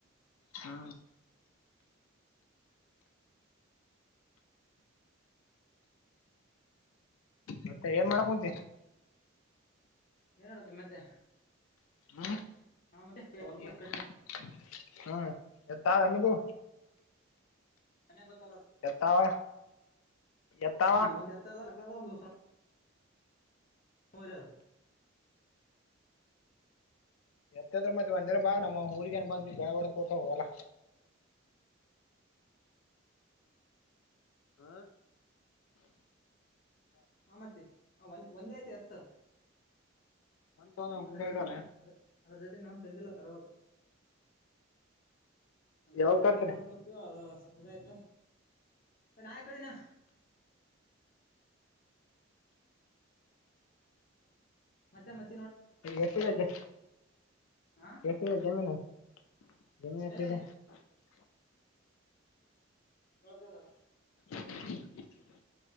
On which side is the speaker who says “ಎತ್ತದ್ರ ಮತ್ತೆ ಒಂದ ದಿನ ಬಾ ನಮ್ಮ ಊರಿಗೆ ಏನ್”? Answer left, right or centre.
Left